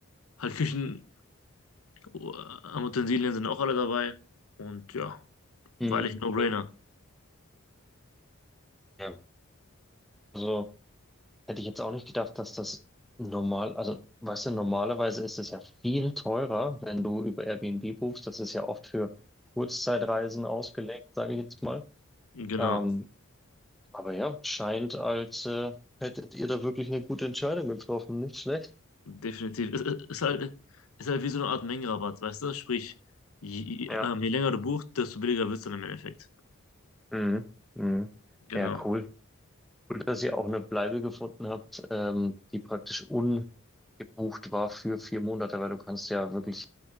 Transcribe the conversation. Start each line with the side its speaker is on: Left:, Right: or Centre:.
Left: halt Küchen äh, Utensilien sind auch alle dabei und ja, weil
Centre: Mhm.
Left: ich No-Brainer.
Centre: Mhm. Ja. Also hätte ich jetzt auch nicht gedacht, dass das normal, also weißt du, normalerweise ist es ja viel teurer, wenn du über Airbnb buchst. Das ist ja oft für Kurzzeitreisen ausgelegt, sage ich jetzt mal.
Left: Genau,
Centre: Ähm, Aber ja, scheint, als äh, hättet ihr da wirklich eine gute Entscheidung getroffen. Nicht schlecht.
Left: definitiv. Ist, ist halt ist halt wie so eine Art Mengenrabatt, weißt du? Sprich, je, je,
Centre: Ja.
Left: ähm, je länger du buchst, desto billiger wird's dann im Endeffekt.
Centre: Mhm. Mhm.
Left: Genau.
Centre: Ja, cool. Cool, dass ihr auch eine Bleibe gefunden habt, ähm, die praktisch ungebucht war für vier Monate, weil du kannst ja wirklich